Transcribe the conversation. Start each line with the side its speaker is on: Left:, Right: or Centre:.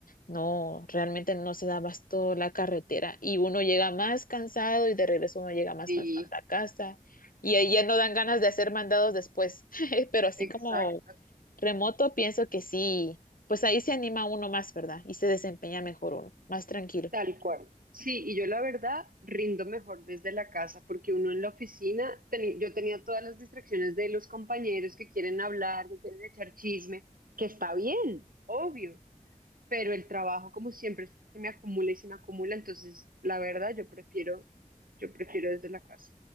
Left: No, realmente no se da abasto la carretera y uno llega más cansado y de regreso uno llega más
Right: sí,
Left: cansado a la casa y ahí ya no dan ganas de hacer mandados después, <laughs> pero así
Right: exacto.
Left: como remoto pienso que sí, pues ahí se anima uno más, ¿verdad? Y se desempeña mejor uno, más tranquilo.
Right: tal cual. Sí, y yo la verdad rindo mejor desde la casa porque uno en la oficina, teni- yo tenía todas las distracciones de los compañeros que quieren hablar, que quieren echar chisme, que está bien, obvio, pero el trabajo como siempre se me acumula y se me acumula, entonces la verdad yo prefiero, yo prefiero desde la casa.